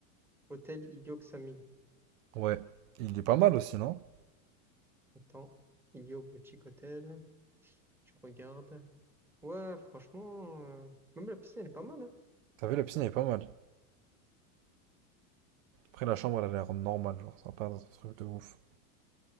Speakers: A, in the centre; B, on the right (about 65°).
A: Hôtel Ilio 5000.
B: Ouais. Il est pas mal aussi, non?
A: Attends. Ilio Boutique Hôtel. Je regarde. Ouais, franchement, euh, même la piscine, elle est pas mal. hein.
B: T'as vu, la piscine elle est pas mal. Après, la chambre, elle a l'air normale, genre, ça va pas être un truc de ouf.